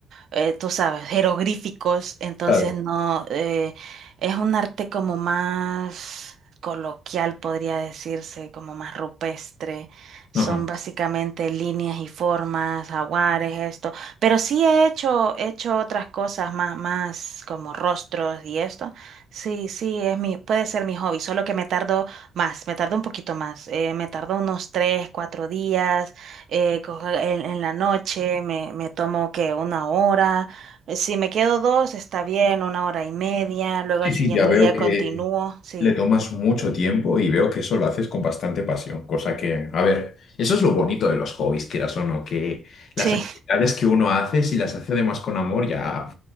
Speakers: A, on the right; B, on the left.
A: eh, tú sabes, jeroglíficos, entonces
B: Claro.
A: no, eh, es un arte como más coloquial, podría decirse, como más rupestre. Son
B: Ajá.
A: básicamente líneas y formas, jaguares, esto. Pero sí he hecho, he hecho otras cosas más, más como rostros y esto. Sí, sí, es mi, puede ser mi hobby, solo que me tardo más, me tardo un poquito más, eh, me tardo unos tres, cuatro días eh, cojo en, en la noche me, me tomo que una hora, eh, si me quedo dos está bien, una hora y media, luego
B: Sí,
A: al siguiente
B: sí, ya veo
A: día
B: que
A: continúo, sí,
B: le tomas mucho tiempo y veo que eso lo haces con bastante pasión, cosa que, a ver, eso es lo bonito de los hobbies, quieras o no, que las
A: sí,
B: actividades que uno hace, si las hace además con amor, ya